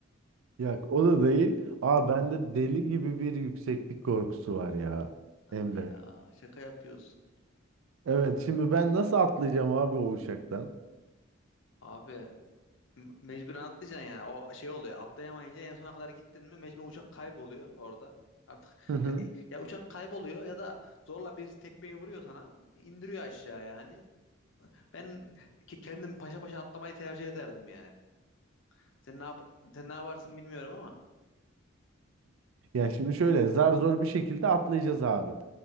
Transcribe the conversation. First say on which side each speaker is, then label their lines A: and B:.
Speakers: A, on the right; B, on the left.
A: yok o da değil. Aa bende deli gibi bir yükseklik korkusu var ya
B: Hadi
A: Emre.
B: ya şaka yapıyorsun.
A: Evet şimdi ben nasıl atlayacağım abi o uçaktan?
B: Abi M- Mecburen atlayacaksın yani. O şey oluyor. Atlayamayınca en sona kadar gittin mi mecburen uçak kayboluyor orada. Artık
A: Hı hı.
B: ya, ya uçak kayboluyor ya da zorla bir tekmeyi vuruyor sana. indiriyor aşağı yani. Ben ki kendim paşa paşa atlamayı tercih ederdim yani. Sen ne yap sen ne yaparsın bilmiyorum ama.
A: Ya şimdi şöyle zar zor bir şekilde atlayacağız abi.